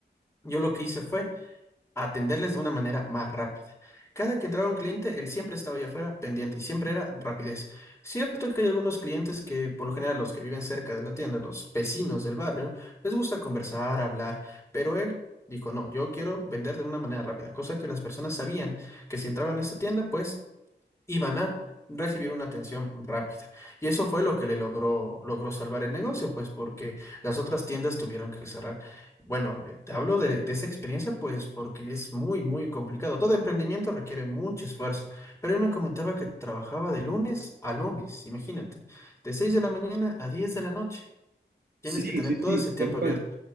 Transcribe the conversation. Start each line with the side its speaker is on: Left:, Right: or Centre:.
Left: Yo lo que hice fue a atenderles de una manera más rápida. Cada que entraba un cliente, él siempre estaba allá afuera pendiente y siempre era rapidez. Cierto que hay algunos clientes que, por lo general, los que viven cerca de la tienda, los vecinos del barrio, les gusta conversar, hablar, pero él dijo, no, yo quiero vender de una manera rápida, cosa que las personas sabían que si entraban a esta tienda, pues iban a recibir una atención rápida. Y eso fue lo que le logró, logró salvar el negocio, pues porque las otras tiendas tuvieron que cerrar. Bueno, eh, te hablo de, de esa experiencia, pues porque es muy, muy complicado. Todo emprendimiento requiere mucho esfuerzo, pero él me comentaba que trabajaba de lunes a lunes, imagínate, de 6 de la mañana a 10 de la noche. Tienes
Right: Sí,
Left: que tener
Right: sí, sí,
Left: todo ese tiempo
Right: tal
Left: abierto.
Right: cual.